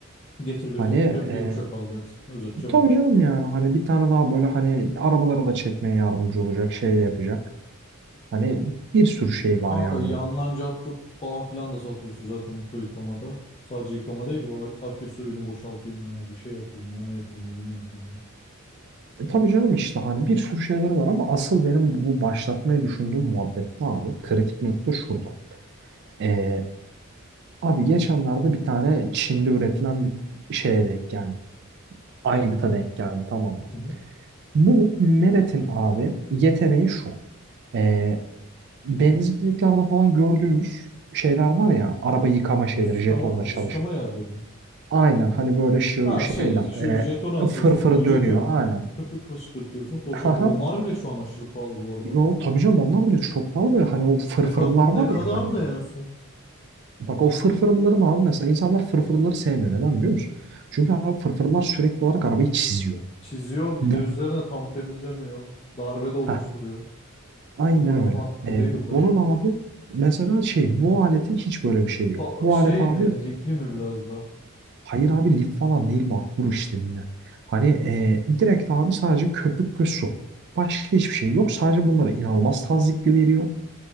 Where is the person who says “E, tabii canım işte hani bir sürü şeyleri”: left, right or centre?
Right